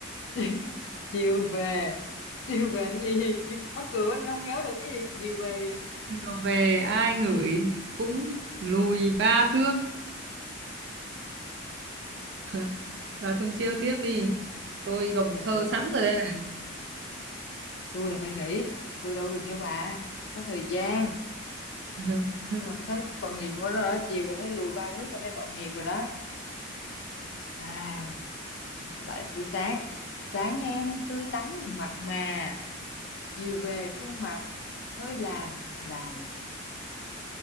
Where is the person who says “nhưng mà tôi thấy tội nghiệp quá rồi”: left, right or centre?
Left